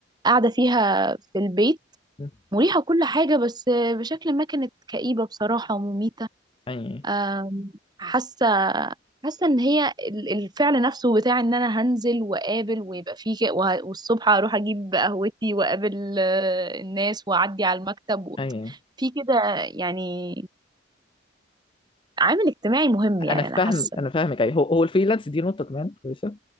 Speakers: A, on the right (about 20°); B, on the left (about 25°).
A: قاعده فيها في البيت
B: اه آه.
A: مريحة كل حاجة بس بشكل ما كانت كئيبة بصراحة ومميتة
B: اي
A: أم، حاسه حاسه ان هي ال- الفعل نفسه بتاع ان انا هنزل واقابل ويبقى فيه ك- وه- والصبح اروح اجيب قهوتي واقابل آه، الناس واعدي على المكتب و-
B: اي
A: في كده يعني عامل اجتماعي مهم يعني
B: انا فاهم
A: انا حاسه
B: انا فاهمك اي هو هو الفريلانس دي نقطه كمان كويسه